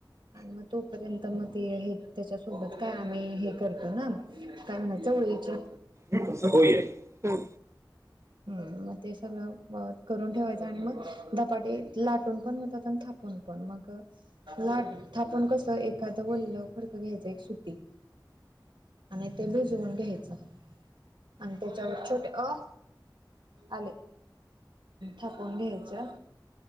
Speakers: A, on the right; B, on the right.
A: आणि मग तोपर्यंत मग ते आहेत त्याच्यासोबत काय आम्ही हे करतो ना काय म्हणायचं चवळीचे
B: <inaudible> होय आहे
A: हम्. मग ते सगळं करून ठेवायचं. आणि मग धपाटे लाटून पण होतात. आन थाप पून पन. मग लाट - थापून कसं, एखाद वल्ल फडकं घ्यायच. एक सूती. आणि ते भिजवून घ्यायचं. आणि त्याच्यावर छोटे, अ आले. थापून घ्यायचं.